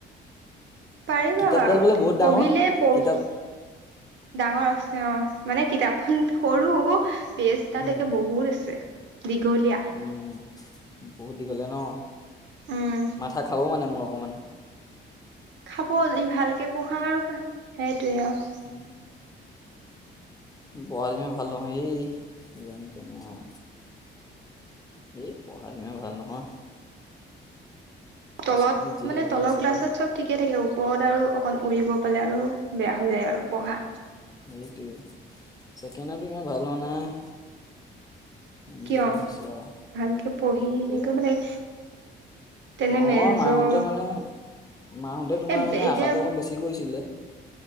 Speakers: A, on the right; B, on the left.
A: পাৰিবা
B: কিতাপডাল
A: বাৰু
B: বোলে
A: তে
B: বহুত ডাঙৰ
A: পঢ়িলে পঢ়ি
B: কিতাপ
A: ডাঙৰ আছে অ মানে কিতাপখন সৰু পেজ তাতে
B: উম
A: বহুত। বহুত আছে দীঘলীয়া।
B: উম, বহুত দীঘলীয়া ন।
A: উম
B: মাথা খাব মানে মোৰ অকণমান।
A: খাব ভালকে পঢ়া আৰু পাই, সেইটোৱে আও।
B: উ, উ পঢ়াত ইমান ভাল নহয় এই। যেন তেনে আও। এই পঢ়া ইমান ভাল নহয়। হায়াৰ
A: তলত
B: ছেকেণ্ডেৰীত যিহে
A: মানে
B: ৰিজাল্ট
A: তলৰ
B: হৈছে
A: ক্লাছত
B: আৰু
A: চব ঠিকে থাকে ওপৰত আৰু অকন উৰিব পালে আৰু বেয়া হৈ যায় আৰু পঢ়া।
B: সেইটোৱে ছেকেণ্ডাৰটো ইমান ভাল হোৱা নাই। যেনে
A: কিয়
B: তেনে হৈছে আৰু
A: ভালকে পঢ়ি সেই
B: এই
A: কৰিব লাগে। তেনে
B: নহয়
A: মেজৰ
B: মাহঁতে মানে, মাহঁতে তোমাৰ
A: এ
B: মানে
A: এতিয়া
B: আশাটো অকণ বেছি কৰিছিলে।